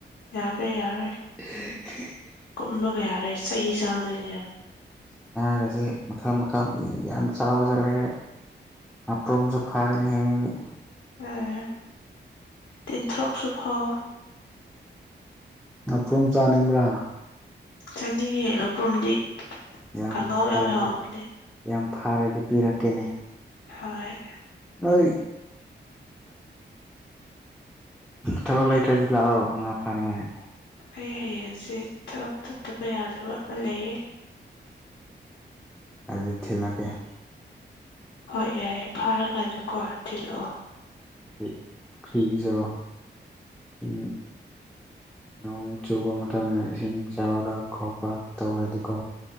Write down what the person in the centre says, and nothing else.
<unintelligible>
ꯉꯥꯒꯁꯦ ꯃꯈꯜ ꯃꯈꯜ ꯌꯥꯝ ꯆꯥꯎꯕꯁꯨ ꯂꯩꯔꯦ ꯑꯄꯁꯨ ꯐꯒꯅꯦ ꯍꯌꯦꯗꯤꯁ
ꯅꯄ꯭ꯔꯣꯝ ꯆꯥꯅꯤꯡꯕ꯭ꯔꯥ
ꯌꯥꯝ
ꯐꯥꯏꯗꯤ
ꯌꯥꯝ ꯐꯥꯔꯗꯤ ꯄꯤꯔꯛꯀꯦꯅꯦ
ꯅꯣꯏ ꯊꯕꯛ ꯂꯩꯇ꯭ꯔꯗꯤ ꯂꯥꯛꯑꯣ ꯉꯥ ꯐꯥꯅꯤꯉꯥꯏ
ꯑꯗꯨꯗꯤ ꯊꯤꯜꯂꯛꯀꯦ
ꯑ ꯄꯨꯈ꯭ꯔꯤꯁꯨ ꯏꯁꯤꯡꯁꯤꯡ ꯅꯣꯡ ꯆꯨꯕ ꯃꯇꯝꯗ ꯏꯁꯤꯡ ꯆꯥꯎꯔ ꯈꯣꯠꯄ ꯇꯧꯔꯗꯤꯀꯣ